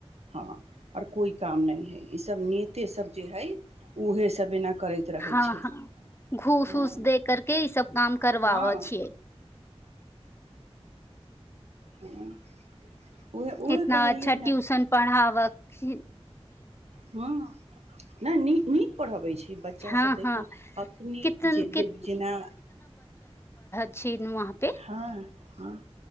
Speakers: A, on the right; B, on the left.
A: हँ आओर कोइ काम नहि हइ ई सभ नेते सभ जे हइ उहेसभ एना करैत रहै
B: हँ
A: छै
B: हँ घूस
A: हँ
B: उस दे करके ई सभ काम करबाबैय
A: हँ
B: छिये
A: हँ <inaudible>
B: कितना
A: कहलियै
B: अच्छा ट्यूशन
A: ने
B: पढ़ाव की
A: हँ नहि नीक नीक पढ़बै छै बच्चासभ
B: हँ
A: देखियौ
B: हँ
A: अखनी
B: कितन
A: जे
B: कित,
A: जेन जेना
B: छेलि वहाँ पे <unintelligible>
A: हँ हँ